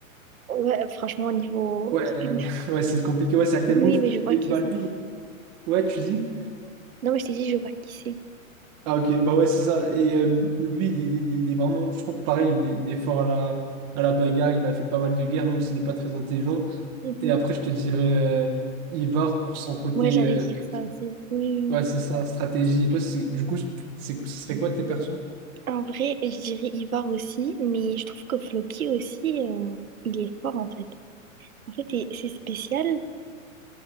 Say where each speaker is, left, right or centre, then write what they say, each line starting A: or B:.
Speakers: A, on the right; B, on the right.
A: Ouais, franchement, au niveau...
B: Ouais,
A: Oui,
B: ouais, <laughs> ouais, c'est compliqué, ouais, c'est Athelwulf.
A: oui, mais je vois
B: Et
A: qui
B: bah
A: c'est.
B: lui, ouais, tu dis.
A: Non, mais je t'ai dit, je vois qui c'est.
B: Ah ok, bah ouais, c'est ça. Et euh, lui, il, il- il- est vraiment, je trouve pareil, il est, il est fort à la, à la bagarre, il a fait pas mal de guerres, même s'il n'est pas très intelligent.
A: Mhm.
B: Et après, je te dirais euh, Ivar pour son côté,
A: Ouais, j'allais
B: euh,
A: dire ça aussi. Oui.
B: ouais, c'est
A: oui.
B: ça, stratégie. Et toi, c'est, du coup, c'est, ce serait quoi tes persos?
A: En vrai, je dirais Ivar aussi, mais je trouve que Floki aussi, euh, il est fort, en fait. En fait, et- c'est spécial,